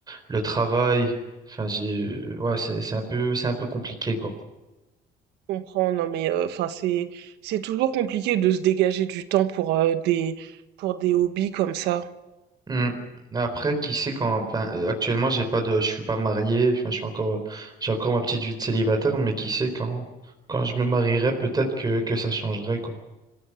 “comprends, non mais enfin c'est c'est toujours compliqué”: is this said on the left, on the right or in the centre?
Right